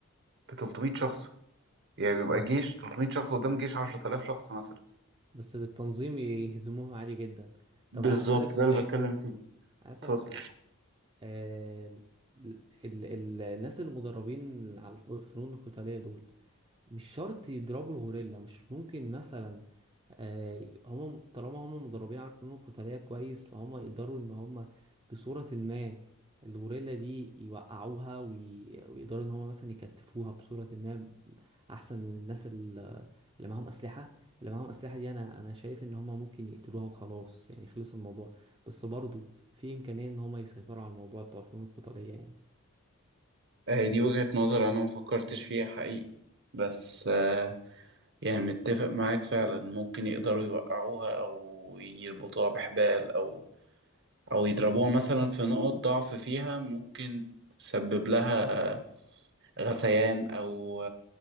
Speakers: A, on the right; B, on the right.
A: ب 300 شخص يعني بيبقى
B: مم.
A: جيش 300 شخص قدام جيش 10000 شخص مثلا
B: بس بالتنظيم يهزموهم عادي جدا
A: بالظبط
B: طب أنا عايز أسألك سؤال
A: ده اللي بتكلم فيه
B: عايز أسألك
A: اتفضل
B: سؤال آه، ال ال الناس المدربين على الف- الفنون القتالية دول مش شرط يضربوا الغوريلا مش ممكن مثلا آه، هم طالما هم مدربين على الفنون القتالية كويس فهم يقدروا ان هم بصورة ما الغوريلا دي يوقعوها وي- ويقدروا ان هم مثلا يكتفوها بصورة ما احسن من الناس ال- اللي معاهم اسلحة اللي معاهم اسلحة دي انا انا شايف ان هم ممكن يقتلوها وخلاص يعني خلص الموضوع بس برضو في امكانية ان هم يسيطروا على الموضوع بتوع الفنون القتالية يعني
A: آه، دي وجهة نظر أنا ما فكرتش فيها حقيقي بس آه، يعني متفق معاك فعلا ممكن يقدروا يوقعوها أو يربطوها بحبال أو او يضربوها مثلا في نقط ضعف فيها ممكن تسبب لها غثيان او